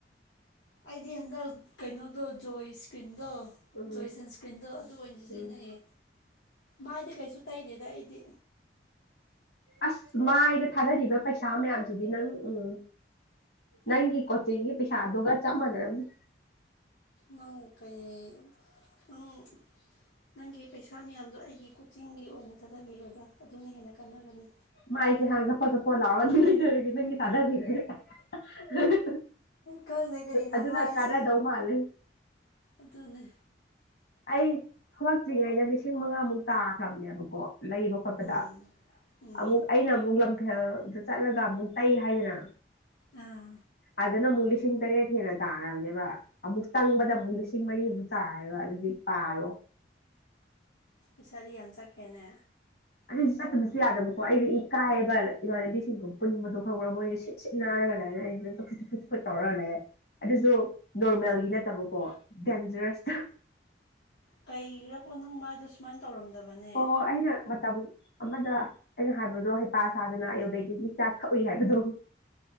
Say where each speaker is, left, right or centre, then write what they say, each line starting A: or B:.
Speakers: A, on the left; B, on the left.
A: ꯑꯩꯗꯤ ꯍꯟꯗꯛ ꯀꯩꯅꯣꯗꯣ ꯖꯣꯏ ꯏꯁꯀ꯭ꯔꯤꯟꯗꯣ
B: ꯎꯝ
A: ꯖꯣꯏ ꯁꯟꯁꯀ꯭ꯔꯤꯟꯗꯣ ꯑꯗꯨ ꯑꯣꯏꯅ ꯁꯤꯖꯤꯟꯅꯩꯌꯦ
B: ꯎꯝ
A: ꯃꯥꯏꯗꯤ ꯀꯩꯁꯨ ꯇꯩꯗꯦꯗ ꯑꯩꯗꯤ
B: ꯑꯁ ꯃꯥꯏꯗ ꯊꯥꯗꯔꯤꯕ ꯄꯩꯁꯥ ꯃꯌꯥꯝꯁꯤꯗꯤ ꯅꯪ ꯎꯝ ꯅꯪꯒꯤ ꯀꯣꯆꯤꯡꯒꯤ ꯄꯩꯁꯥꯗꯨꯒ ꯆꯞ ꯃꯥꯟꯅꯔꯝꯅꯤ
A: ꯅꯪ ꯀꯥꯏ ꯅꯪ ꯅꯪꯒꯤ ꯄꯩꯁꯥ ꯃꯌꯥꯝꯗꯣ ꯑꯩꯒꯤ ꯀꯣꯆꯤꯡꯒꯤ ꯑꯣꯏꯅ ꯊꯥꯗꯕꯤꯔꯣꯗ ꯑꯗꯨꯅ ꯍꯦꯟꯅ ꯀꯥꯟꯅꯒꯅꯤ
B: ꯃꯥꯏꯁꯦ ꯍꯥꯡꯉꯒ ꯆꯐꯣꯠ ꯆꯐꯣꯠ ꯂꯥꯎꯔꯒ ꯑꯗꯨꯝ ꯂꯩꯖꯔꯒꯦ ꯅꯪꯒꯤ ꯊꯥꯗꯕꯤꯔꯒꯦ ꯑꯗꯨ
A: ꯈꯪꯗꯦ ꯀꯔꯤꯅꯣ
B: ꯑꯗꯨꯅ
A: ꯃꯥꯏꯁꯨ
B: ꯀꯟꯅꯗꯧ ꯃꯥꯂꯦ
A: ꯑꯗꯨꯅꯦ
B: ꯑꯩ ꯊꯣꯛꯂꯛꯇ꯭ꯔꯤꯉꯩꯗ ꯂꯤꯁꯤꯡ ꯃꯉꯥꯃꯨꯛ ꯇꯥꯈ꯭ꯔꯕꯅꯦꯕꯀꯣ ꯂꯩꯕ ꯈꯣꯠꯄꯗ
A: ꯎꯝ ꯎꯝ
B: ꯑꯃꯨꯛ ꯑꯩꯅ ꯑꯃꯨꯛ ꯂꯝꯐꯦꯜꯗ ꯆꯠꯂꯒ ꯑꯃꯨꯛ ꯇꯩ ꯍꯥꯏꯗꯅ
A: ꯑꯥ
B: ꯑꯗꯅ ꯑꯃꯨꯛ ꯂꯤꯁꯤꯡ ꯇꯔꯦꯠ ꯍꯦꯅ ꯇꯥꯔꯕꯅꯦꯕ ꯑꯃꯨꯛ ꯇꯪꯕꯗ ꯑꯃꯨꯛ ꯂꯤꯁꯤꯡ ꯃꯔꯤꯃꯨꯛ ꯇꯥꯔꯔꯣ ꯑꯗꯨꯗꯤ ꯄꯥꯔꯣ
A: ꯄꯩꯁꯥꯗꯤ ꯌꯥꯝ ꯆꯠꯈ꯭ꯔꯦꯅꯦ
B: ꯑꯗꯨꯁꯨ ꯆꯠꯇꯕꯁꯨ ꯌꯥꯗꯕꯀꯣ ꯑꯩꯁꯨ ꯏꯀꯥ ꯔꯦꯕ ꯏꯃꯥꯟꯅꯕꯤꯁꯤꯡꯗꯣ ꯄꯨꯟꯕꯗꯣ ꯈꯪꯕ꯭ꯔꯥ ꯃꯣꯏꯁ ꯁꯤꯠ ꯅꯥꯜꯂꯒ ꯂꯩꯔꯦ ꯑꯩꯁꯤꯅ ꯆꯐꯨꯠ ꯆꯐꯨꯠ ꯆꯐꯨꯠ ꯇꯧꯔ ꯂꯩꯔꯦ ꯑꯗꯨꯁꯨ ꯅꯣꯔꯃꯦꯜꯒꯤ ꯅꯠꯇꯕꯀꯣ ꯗꯦꯟꯖꯔꯁꯇ
A: ꯀꯩꯈꯔꯦꯀꯣ ꯅꯪ ꯃꯥꯏꯗꯨ ꯁꯨꯃꯥꯏꯅ ꯇꯧꯔꯝꯕꯅꯤ
B: ꯑꯣ ꯑꯩ ꯅ ꯃꯇꯝ ꯑꯃꯗ ꯑꯩꯅ ꯍꯥꯏꯕꯗꯣ ꯍꯩꯄꯥ ꯁꯥꯗꯅ ꯑꯥꯌꯔꯕꯦꯗꯤꯛꯀꯤ ꯍꯤꯗꯥꯛ ꯊꯛꯎꯏ ꯍꯥꯏꯕꯗꯣ